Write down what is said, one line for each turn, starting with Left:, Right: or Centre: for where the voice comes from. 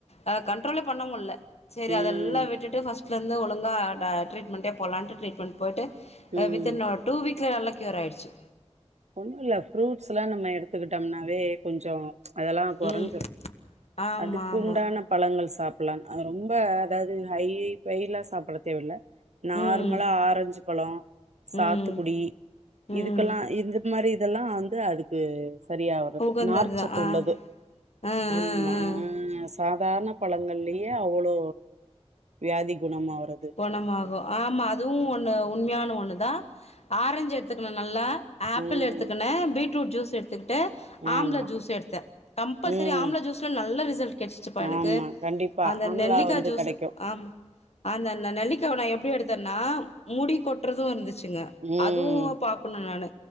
Left: அ கண்ட்ரோலே பண்ண முட்ல சேரி
Right: ம்
Left: அதெல்லா விட்டுட்டு ஃபஸ்ட் ஸ்டலருந்தே ஒழுங்கா டா ட்ரீட்மெண்டே போலான்ட்டு ட்ரீட்மெண்ட் போயிட்டு
Right: ம்
Left: அ வித் இன் ஒ டூ வீக்ல நல்லா கியூர் ஆயிருச்சு
Right: ஒன்னுல்ல ஃப்ரூட்ஸ்லா நம்ம எடுத்துக்கிட்டம்னாவே கொஞ்ச அதெல்லா கொறஞ்சிரு
Left: ம் ஆமா
Right: அதுக்குண்டான
Left: ஆமா
Right: பழங்கள் சாப்பிட்லான் அது ரொம்ப அதாவ்து ஹை பெயிலா சாப்ட தேவயில்ல நார்மலா
Left: ம்
Right: ஆரஞ்சு பழ சாத்துக்குடி
Left: ம் ம்
Right: இதுக்கெல்லா இந்த மாரி இதெல்லா வந்து அதுக்கு சரியாவுறது
Left: உகந்ததுதா
Right: நார்ச்சத்து
Left: ஆ
Right: உள்ளது
Left: ஆ
Right: ஆமா
Left: ஆ ஆ
Right: அ சாதார்ண பழங்கள்லயே அவ்வளோ வியாதி குணமாவுறது
Left: கொணமாகு ஆமா அதுவு ஒன்னு உண்மையான ஒன்னுதா ஆரஞ்சு எடுத்துக்கணு நல்லா ஆப்பிள்
Right: ம்
Left: எடுத்துக்கணு பீட்ரூட் ஜூஸ் எடுத்துக்கிட்டு
Right: ஆமா
Left: ஆம்லா ஜூஸ் எடுத்தே கம்ப்பல்சரி
Right: ம்
Left: ஆம்லா ஜூஸ்லா நல்ல ரிசல்ட் கெடைச்சிச்சுப்பா எனக்கு
Right: ஆமா கண்டிப்பா
Left: அந்த
Right: ஆம்லா
Left: நெல்லிக்கா
Right: வந்து
Left: ஜூஸ்
Right: கெடைக்கு
Left: ஆமா அந்த ந நெல்லிக்காவ நா எப்டி எடுத்தன்னா முடி கொட்றது இருந்துச்சுங்க
Right: ம்
Left: அதுவு ப புன்னுனால